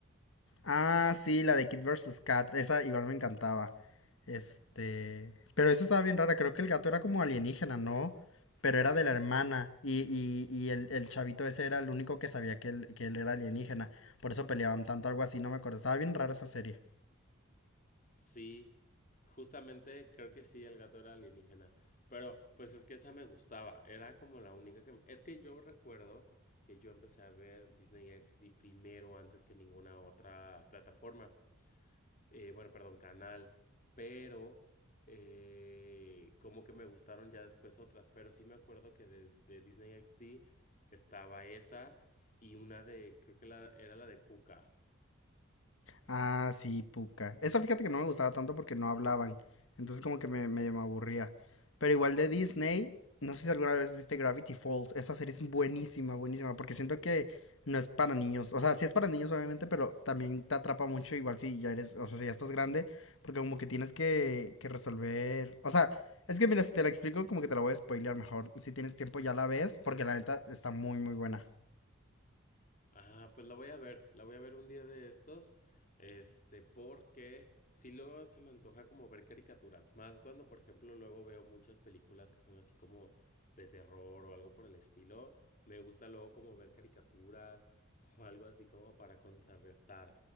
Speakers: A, on the left (about 65°); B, on the left (about 40°).
A: Ah, sí, la de Kid versus Cat, esa igual me encantaba. Este, pero esa estaba bien rara, creo que el gato era como alienígena, ¿no? Pero era de la hermana y, y- y el, el chavito ese era el único que sabía que él, que él era alienígena. Por eso peleaban tanto, algo así, no me acuerdo. Estaba bien rara esa serie.
B: Sí, justamente creo que sí, el gato era alienígena. Pero pues es que esa me gustaba. Era como la única que... Es que yo recuerdo que yo empecé a ver Disney XD primero antes que ninguna otra plataforma. Eh, bueno, perdón, canal. Pero eh, como que me gustaron ya después otras. Pero sí me acuerdo que des- de, Disney XD estaba esa y una de... Creo que la- era la de Pucca.
A: Ah, sí, Pucca. Esa fíjate que no me gustaba tanto porque no hablaban. Entonces como que me, medio me aburría. Pero igual de Disney, no sé si alguna vez viste Gravity Falls. Esa serie es buenísima, buenísima. Porque siento que no es para niños. O sea, sí es para niños obviamente, pero también te atrapa mucho igual si ya eres, o sea, si ya estás grande. Porque como que tienes que, que resolver. O sea, es que mira, si te la explico como que te la voy a spoilear mejor. Si tienes tiempo ya la ves porque la neta está muy, muy buena.
B: Ah, pues la voy a ver, la voy a ver un día de estos, este, porque si luego se me antoja como ver caricaturas, más cuando, por ejemplo, luego veo muchas películas que son así como de terror o algo por el estilo, me gusta luego como ver caricaturas <laughs> o algo así como para contrarrestar.